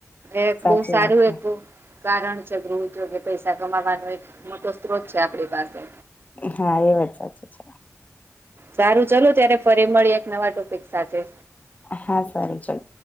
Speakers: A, on the right; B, on the left.
A: એ
B: સાચી
A: બહુ સારું
B: વાત છે
A: એક કારણ છે ગૃહ્યોગ પૈસા કમાવાનો એક મોટો સ્ત્રોત છે આપણી પાસે
B: હા એ વાત સાચી છે
A: સારું ચાલો ત્યારે ફરી મળી એક નવા ટોપિક સાથે
B: હા સારું ચાલ